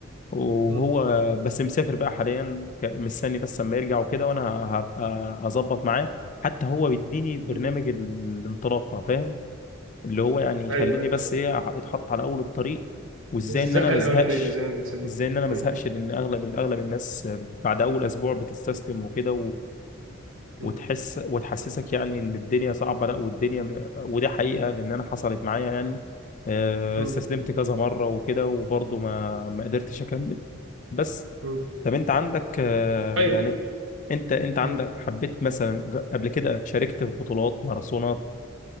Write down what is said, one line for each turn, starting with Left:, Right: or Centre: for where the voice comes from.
Left: وهو
Right: مم.
Left: بس مسافر بقى حاليا ك- مستني بس لما يرجع وكده وانا هبقى اظبط معاه حتى هو بيديني برنامج
Right: مم.
Left: ال- الانطلاقه فاهم اللي هو يعني
Right: أيوه
Left: يخليني
Right: أيوه
Left: بس
Right: فاهم
Left: ايه أح- اتحط على اول الطريق وازاي
Right: الزقة
Left: ان انا ما
Right: الأولانية
Left: ازهقش
Right: زي ما بنسميها
Left: ازاي ان انا
Right: مم.
Left: ما ازهقش لان اغلب اغلب الناس بعد اول اسبوع بتستسلم وكده
Right: مم.
Left: وتحس وتحسسك يعني ان الدنيا صعبه لا والدنيا وده حقيقه لان انا حصلت معايا يعني آه،
Right: مم.
Left: استسلمت كذا مره وكده وبرضه ما ما قدرتش اكمل بس
Right: مم.
Left: طب انت عندك آه،
Right: طيب
Left: يعني انت انت
Right: مم.
Left: عندك حبيت مثلا ج- قبل كده شاركت في بطولات ماراثونات